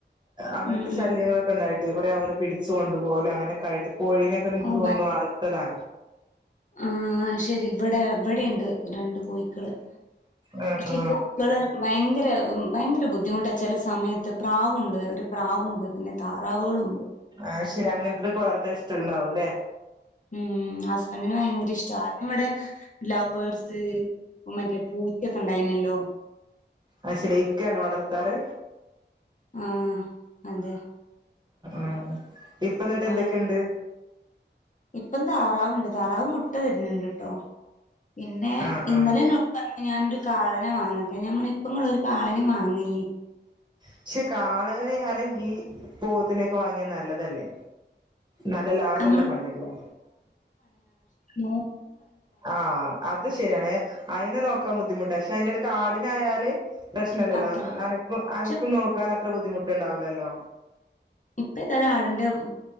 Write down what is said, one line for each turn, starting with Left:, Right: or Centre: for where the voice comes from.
Right: അങ്ങനത്തെ
Left: ഉം ഉം
Right: ശല്യങ്ങളൊക്കെ ഇണ്ടായി ട്ട് കൊറെ അവര് പിടിച്ച് കൊണ്ടുപോവല് അങ്ങനെ ക്കായിട്ട് കോഴിനെക്കെ നിക്ക്
Left: ഓ
Right: തോന്നുണൂ
Left: ഭയ
Right: അറുത്തതാ.
Left: ആ ശരി ഇവടെ ഇവിടെണ്ട് രണ്ട് കോയിക്കള്
Right: ആ
Left: പക്ഷെ
Right: ആ
Left: കോയിക്കള് ഭയങ്ക ങ്കര ഭയങ്കര ബുദ്ധിമുട്ട ചെല സമയത്ത് പ്രാവുണ്ട് ഒരു പ്രാവുണ്ട് പിന്നെ താറാവോളൂണ്ട്
Right: ആ ശരി അങ്ങനത്തതൊക്കെ വളർത്താൻ ഇഷ്ടണ്ടാവും ല്ലേ
Left: ഉം ഹസ്ബൻ്റിന് ഭയങ്കര ഇഷ്ട ഇവടെ ലൗവ് ബേർഡ്സ് മറ്റേ പൂറ്റക്കെ ഉണ്ടായിനല്ലോ
Right: അയ് ശരി ഇക്കാണോ വളർത്താറ്
Left: ആഹ് അതെ
Right: ആഹ് ഇപ്പ ന്നിട്ട് എന്തൊക്കെണ്ട്
Left: ആൾ ഇപ്പം താറാവുണ്ട് താറാവ് മുട് ട്ട തരുന്ന്ണ്ട് ട്ടോ പിന്നെ
Right: ആ
Left: ഇന്നലെ
Right: ആ
Left: എന്നോട്പറഞ്ഞു ഞാൻ ൻ്റെ കാളനെ വാങ്ങട്ടെ ഞാ പറഞ്ഞു ഇപ്പ ഇങ്ങള് ഒരു കാളെനിം വാങ്ങല്ലി
Right: പക്ഷെ കാളയരെ അ ല്ലെങ്കി പോത്തിനെയൊക്കെ വാങ്ങിയാ നല്ലതല്ലേ നല്ല ലാഭല്ല
Left: നമ്മള്
Right: പണി അല്ലേ
Left: നോ
Right: ആ അത് ശരിയാണ് അയിനെ നോക്കാൻ ബുദ്ധിമുട്ടാ അയിൻ്റടുക്ക ആടിനായാല് പ്രശ്നല്ലല്ലോ
Left: അത്ര
Right: അനക്കു
Left: പക്ഷെ
Right: അനക്കും നോക്കാൻ അത്ര ബുദ്ധിമുട്ടുണ്ടാവി ലല്ലോ
Left: ഇപ്പന്തായാലും ആടിൻ്റെ പ്